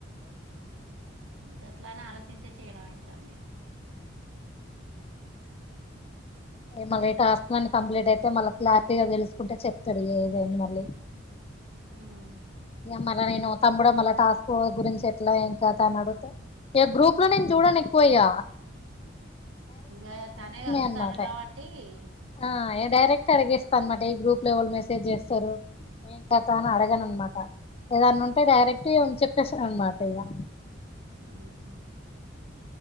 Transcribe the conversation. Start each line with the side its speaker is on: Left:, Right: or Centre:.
Right: గట్లనే ఆలోచించి చేయడం అయితాంది,
Left: మళ్ళీ టాస్క్ అన్నీ కంప్లీట్ అయితే మళ్ళ క్లారిటీగా తెలుసుకుంటే చెప్తాడు ఏదైంది మళ్ళీ,
Right: ఉమ్
Left: మళ్ల నేను తమ్ముడా మళ్ల టాస్క్ గురించి ఎట్లా ఏం కథ అని అడిగితే ఇక గ్రూప్ లో నేను చూడను ఎక్కువ ఇగా,
Right: ఆ తనే కలుస్తాడు
Left: అనమాట
Right: కాబట్టి ది
Left: ఆ డైరెక్ట్ అడిగేస్తా అనమాట ఈ గ్రూప్ లా ఎవరు మెసేజ్ చేస్తారు, ఏం కదా అని అడగను అన్నమాట ఏదన్న ఉంటే డైరెక్ట్ చెప్పేస్తను అనమాట ఇగా
Right: ఉహా